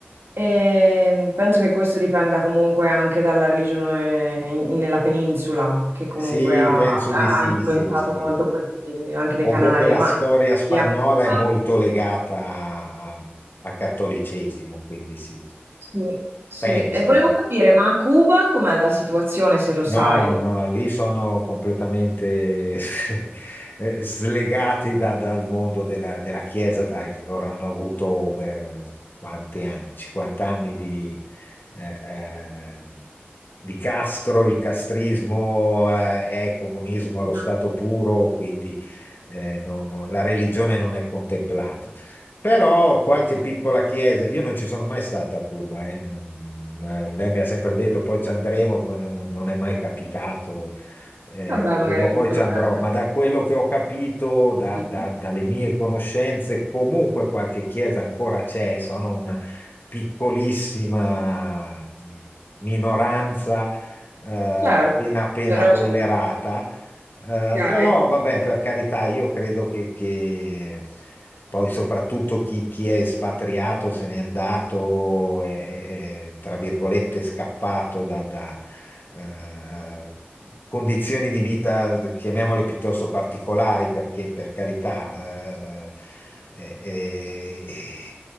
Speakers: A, on the right (about 85°); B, on the left (about 55°).
A: E penso che questo dipenda comunque anche dalla religione in- nella penisola, che comunque
B: Sì,
A: ha,
B: penso
A: ha
B: di sì,
A: influenzato
B: sì, sì.
A: molto questi- anche le
B: Comunque
A: Canarie.
B: la
A: Ma
B: storia spagnola
A: lì a Cuba?
B: è molto legata a, a al cattolicesimo, quindi sì,
A: Sì, sì.
B: penso.
A: E volevo
B: eh.
A: capire, ma a Cuba com'è la situazione, se lo sai?
B: No, no, lì sono completamente <laughs> eh, slegati da- dal mondo della, della Chiesa, dai, loro hanno avuto per quanti anni? 50 anni di, eh, eh, di Castro, il castrismo eh, è comunismo allo
A: No.
B: stato puro, quindi eh, non- non- la religione non è contemplata. Però qualche piccola chiesa, io non ci sono mai stato a Cuba, eh, non- eh, Lei mi ha sempre detto poi ci andremo, poi non, non è mai capitato, eh,
A: Vabbè,
B: e
A: magari
B: prima
A: avete
B: o poi ci
A: l'occasione.
B: andrò, ma da quello che ho capito, da-
A: Sì.
B: da- dalle mie conoscenze, comunque qualche chiesa ancora c'è, sono una piccolissima eh, minoranza, eh, appena
A: Certo,
B: appena
A: però
B: tollerata
A: c'è.
B: eh,
A: Ok.
B: però vabbè, per carità, io credo che, che poi soprattutto chi, chi è espatriato, se n'è andato, è, è- è, tra virgolette scappato da, da, eh, condizioni di vita, chiamiamole piuttosto particolari, perché per carità, eh, è- è-